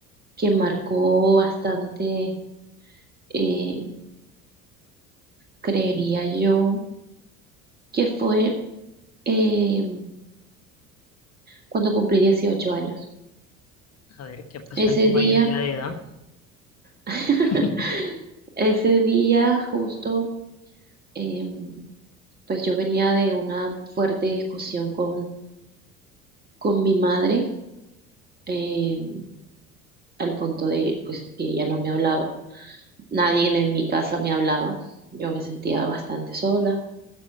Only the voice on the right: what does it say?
que marcó bastante, eh, creería yo, que fue eh, cuando cumplí 18 años.
Ese
día...
<laughs>
Ese día justo Em, pues yo venía de una fuerte discusión con, con mi madre, em, al punto de pues que ella no me hablaba. Nadie en, en mi casa me hablaba. Yo me sentía bastante sola.